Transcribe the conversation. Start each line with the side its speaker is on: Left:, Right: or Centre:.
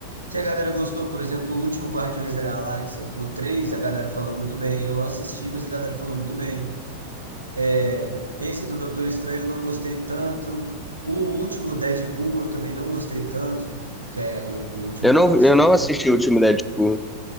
Right: que a galera gostou. Por exemplo, o último Guardiões da Galáxia, o 3 a galera falou muito bem. Eu não assisti, mas a galera falou muito bem. É, esse do Doutor Estranho eu não gostei tanto. O último Deadpool eu também não gostei tanto, que é o, o último
Centre: Eu
Right: que
Centre: não,
Right: lançou
Centre: eu não
Right: aí.
Centre: assisti o último Deadpool,